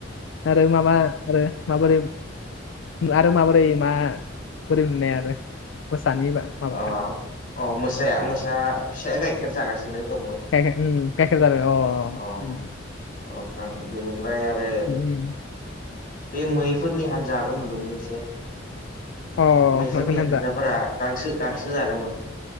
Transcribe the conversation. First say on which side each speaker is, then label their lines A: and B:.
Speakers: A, on the left; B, on the left.
A: आरो माबा आरो माबोरै आरो माबोरै मा बोरै नुनाय आरो? मोसानि बा माबा
B: आ औ मोसाया मोसा फिसाया गाइखेर जागासिनो दंमोन।
A: <unintelligible> अ उम
B: औ
A: उम।
B: औ थां बेनिफ्राय आरो
A: उम
B: बे मैफोरनि हान्जायाबो नुदोंमोन एसे।
A: अ
B: मैफोरनि
A: मैखुन हान्जा
B: हानजाफोरा गांसो गांसो जादोंमोन।